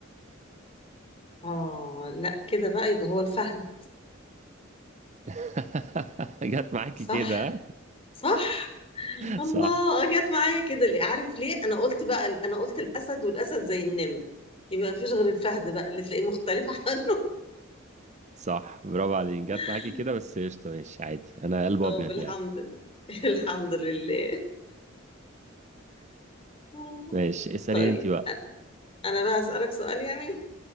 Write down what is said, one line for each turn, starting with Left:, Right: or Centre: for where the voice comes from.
Left: اه لا كده بقى يبقى هو الفهد
Right: <laughs> جت معاكي
Left: صح
Right: كده ها؟
Left: صح الله
Right: صح
Left: آه، جت معايا كده ليه عارف ليه انا قلت بقى انا قلت الاسد والاسد زي النمر يبقى ما فيش غير الفهد بقى اللي تلاقيه مختلف عنه
Right: صح برافو عليك جت معاكي
Left: <laughs>
Right: كده بس قشطة ماشي عادي انا قلب
Left: طب
Right: ابيض
Left: الحمد
Right: يعني
Left: لله <laughs> الحمد لله <laughs>
Right: ماشي اسأليني
Left: طيب
Right: انت بقى
Left: انا بقى هسألك سؤال يعني